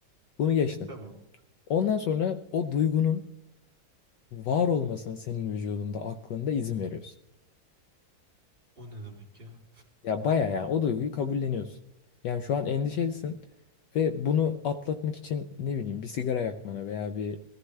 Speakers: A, on the left; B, on the right.
A: Bunu geçtin.
B: Tamam.
A: Ondan sonra o duygunun var olmasına senin vücudunda, aklında izin veriyorsun.
B: O ne demek ya?
A: Ya baya ya o duyguyu kabulleniyorsun. Yani şu an endişelisin ve bunu atlatmak için ne bileyim bir sigara yakmana veya bir